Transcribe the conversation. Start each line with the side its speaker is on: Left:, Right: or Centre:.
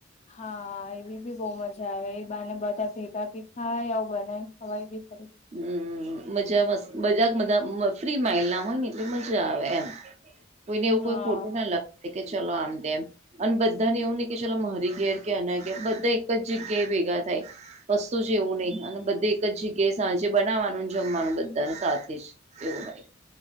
Left: હા એવી બી બહુ મજા આવે એ બાને બધા ભેગા ભી થાય આવું બને ખવાઈ બી ખરું
Right: હમ મજામાં મજાક મા ફ્રી માઇલ ના હોય ને એટલે મજા આવે એમ કોઈને એવું
Left: હા
Right: કોઈ ખોટું ના લગે કે ચલો આમ તેમમ અને બધાને એવું નહિ કે ચલો મારી ઘેર કે અના ઘેર બધા એક જ જગ્યાએ ભેગા થાય વસ્તુ છે એવું નહી અને બધું. એક જગ્યાએ સાંજે બનાવવાનું જમવાનું બધાને સાથે જ એવું હોય.